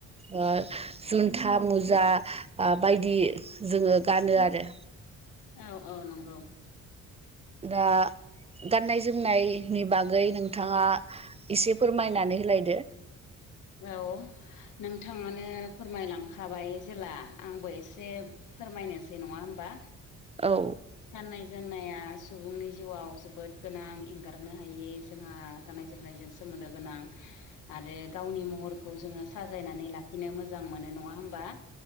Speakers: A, on the right; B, on the left.
A: ओ जुन्था मुजा बायदि जोङो गानो आरो।
B: औ औ नंगौ।
A: दा गाननाय जोमनायनि बागै नोंथाङा एसे फोरमायनानै होलायदो।
B: औ नोंथाङानो फोरमायलांखाबाय जेला आंबो एसे फोरमायनोसै नङा होमबा?
A: औ
B: गाननाय जोमनाया सुबुंनि जिउआव जोबोद गोनां एंगारनो हायि जोंहा गाननाय जोमनायजों सोमोन्दो गोनां आरो गावनि महरखौ जोङो साजायनानै लाखिनो मोजां मोनो नङा होमबा।